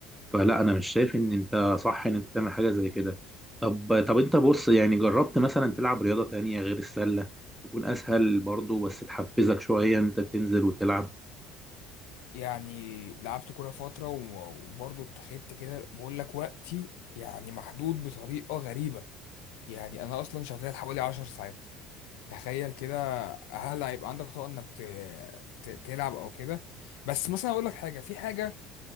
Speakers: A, in the centre; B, on the left.
A: فلا انا مش شايف ان انت صح ان انت تعمل حاجه زي كده طب طب انت بص يعني جربت مثلا تلعب رياضه تانية غير السله تكون اسهل برضو بس تحفزك شويه انت تنزل وتلعب
B: يعني لعبت كوره فتره و- وبرضه اتخذت كده بقول لك وقتي يعني محدود بطريقه غريبه يعني انا اصلا شغال حوالي 10 ساعات تخيل كده هل هيبقى عندك طاقة انك ت... ت... تلعب او كده بس مثلا اقول لك حاجة في حاجة